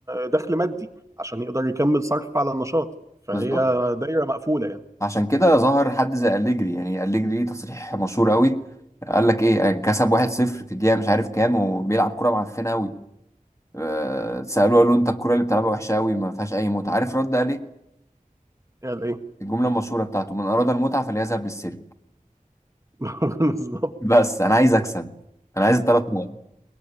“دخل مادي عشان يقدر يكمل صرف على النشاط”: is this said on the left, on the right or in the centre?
Right